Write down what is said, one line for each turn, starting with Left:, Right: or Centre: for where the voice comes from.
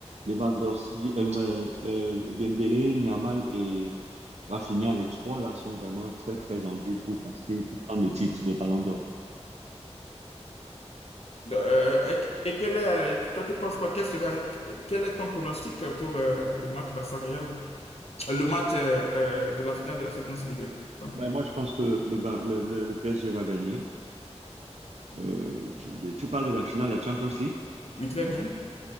Right: Lewandowski, euh, euh, euh, Dembélé, Yamal et Rafinha, les trois là sont vraiment très très en vue pour passer, pour prendre le titre de Ballon d'Or.
Left: De- euh, et, et quel est, toi, tu penses quoi? Quel sera, quel est ton pronostic pour euh, le match Barça-Real? Le match euh, euh, de la finale de la Champions League, tant pour
Right: Ben,
Left: moi.
Right: moi, je pense que le, Ba- le, le- le PSG va gagner. Euh, tu, tu parles de la finale de la Champions League?
Left: Oui, très bien.